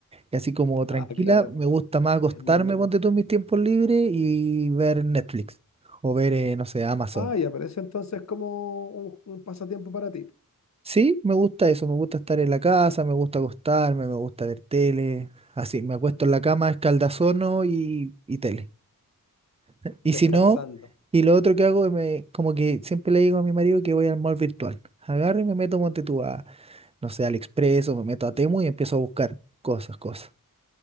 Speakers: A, on the right; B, on the left.
A: así como tranquila,
B: Ah, claro,
A: me
B: po,
A: gusta más acostarme,
B: es mucho.
A: ponte tú en mis tiempos libres y ver Netflix o ver, eh, no sé, Amazon.
B: Ah, ya, pero eso entonces es como un, un pasatiempo para ti,
A: Sí, me gusta eso, me gusta estar en la casa, me gusta acostarme, me gusta ver tele, así, me acuesto en la cama, escaldazono y, y tele. Y si
B: descansando,
A: no, y lo otro que hago, es me, como que siempre le digo a mi marido que voy al mall virtual. Agarro y me meto, monte tú a, no sé, AliExpress o me meto a Temu y empiezo a buscar cosas, cosas. <laughs>